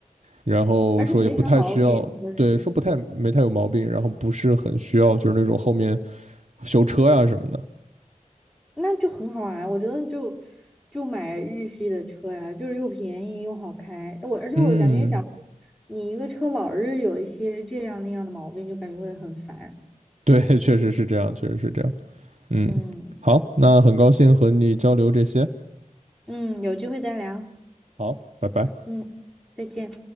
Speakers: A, on the right; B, in the centre.
A: 然后说也不太需要，
B: 而且没啥毛病，就是
A: 对，说不太没太有毛病，然后不是很需要就是那种后面修车呀什么的。
B: 那就很好啊，我觉得就就买日系的车呀，就是又便宜又好开。我而且我感觉，
A: 嗯。
B: 讲，你一个车老是有一些这样那样的毛病，就感觉会很烦。
A: <laughs> 对，确实是这样，确实是这样。嗯，
B: 嗯
A: 好，那很高兴和你交流这些。
B: 嗯，有机会再聊。
A: 好，拜拜。
B: 嗯，再见。